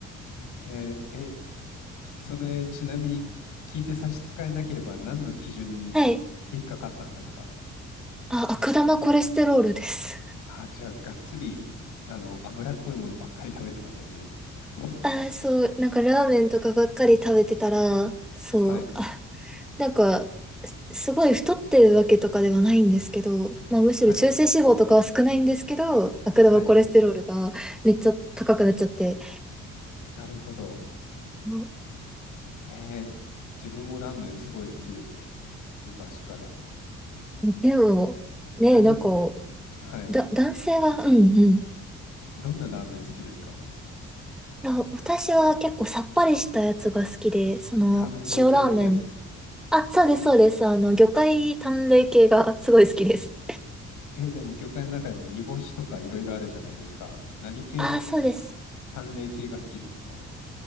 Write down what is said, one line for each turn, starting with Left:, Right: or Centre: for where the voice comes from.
Left: へえ、え、その、え、ちなみに聞いて差し支えなければ何の基準に引っかかったんですか
Centre: はいあ、悪玉コレステロールです。
Left: あ、じゃあ、がっつり、あの、脂っこいものばっかり食べてたんですね。<laughs>
Centre: あー、そう、なんかラーメンとかばっかり食べてたら、そう、
Left: はい、
Centre: あ、なんか、すすごい太ってるわけとかではないんですけど、まあむしろ中性脂肪とかは少ないんですけど、
Left: はい、
Centre: 悪玉コレステロールがめっちゃ高くなっちゃって。
Left: はい。なるほど。
Centre: も
Left: えー自分もラーメンすごい好きですよ。昔から。
Centre: うでも、ね、
Left: 何
Centre: なんか、
Left: はい。
Centre: だ、男性は、うんう
Left: どんなラーメン好きですか
Centre: ん。あ、私は結構さっぱりしたやつが好きで、その、
Left: 淡麗系ってやつですか
Centre: 塩ラーメン。あ、そうです、そうです。あの、魚介淡麗系がすごい好きです。
Left: え、でも魚介の中でも煮干しとかいろいろあるじゃないですか。何系の
Centre: ああ、そうです。
Left: 淡麗系が好きですか